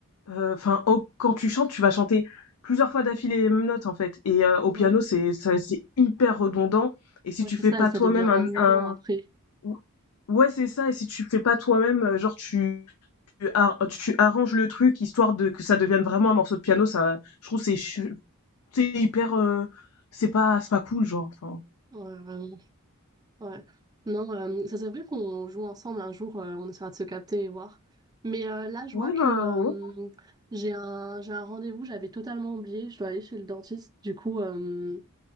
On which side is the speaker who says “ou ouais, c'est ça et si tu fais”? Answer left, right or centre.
Left